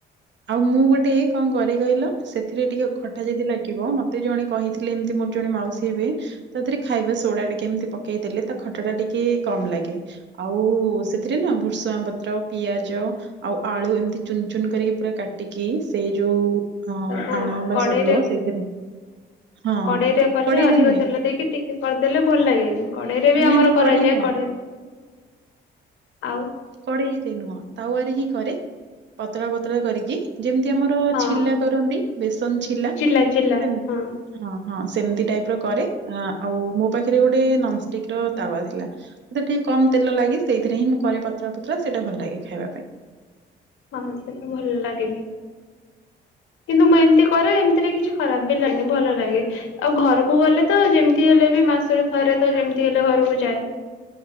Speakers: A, on the right; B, on the left.
A: ଆଉ ମୁଁ ଗୋଟେ କଣ କରେ କହିଲ ସେଥିରେ ଟିକେ ଖଟା ଯଦି ଲାଗିବ ମତେ ଜଣେ କହିଥିଲେ ଏମତି ମୋର ଜଣେ ମାଉସୀ ହେବେ, ତା ଧେରେ ଖାଇବା ସୋଡା ଟିକେ ଏମତି ପକେଇଦେଲେ, ତା ଖଟାଟା ଟିକେ କମ ଲାଗେ। ଆଉ ସେଥିରେ ନା ଭୃଷଙ୍ଗ ପତ୍ର, ପିଆଜ, ଆଉ ଆଳୁ ଏମତି ଚୁନ ଚୁନ କରିକି ପୁରା କାଟ ଟିକି ସେଇ ଯୋଉ ଅ
B: ତାକୁ
A: ଆଣ ବା
B: କଡେଇରେ
A: ସୋଦୁଅ ସେଇଥେରେ, ହଁ
B: କଡେଇରେ କଲେ
A: କଡ଼େଇରେ
B: ଅଧିକ
A: ନୁହେଁ।
B: ତେଲ ଦେଇକି ଟିକେ କରିଦେଲେ ଭଲ ଲାଗେ କଡେଇରେ ବି
A: ନାଇଁ
B: ଆମର
A: ନାଇଁ
B: କରାଯାଏ,
A: କଡ଼େଇ ନୁହଁ,
B: କଡେଇ ଆଉ।
A: କଡେଇରେ ନୁହଁ ତାୱାରେ ହିଁ କରେ, ପତଳା ପତ ତଳା କରିକି ଯେମତି ଆମର
B: ହଁ
A: ଛିଲା କରନ୍ତି, ବେସ ନ ଛିଲା
B: ଚିଲା ଚିଲା
A: ସେମ
B: ହଁ
A: ହଁ ହଁ ସେମତି ଟାଇପର କରେ, ଆ ଆଉ ମୋ ପାଖରେ ଗୋଟେ ନନଷ୍ଟିକ ର ତାୱା ଥିଲା, ମତେ ଟିକେ କମ ତେଲ ଲାଗି ସେଇଥିରେ ହିଁ ମୁଁ କରେ ପ ତଳା ପତଳା ସେଇଟା ଭଲ ଲାଗେ ଖାଇବା ପାଇଁ।
B: ମତେ ସେଇଟା ଭଲ ଲାଗେ ବି। କିନ୍ତୁ ମୁଁ ଏମିତି କରେ ଏମିତିରେ କିଛି ଖରାପ ବି ଲାଗେନି ଭଲ ଲାଗେ। ଆଉ ଘରକୁ ଗଲେ ତ ଯେମିତି ହେଲେ ବି ମାସରେ ଥରେ ତ ଯେମିତି ହେଲେ ଘରକୁ ଯାଏ।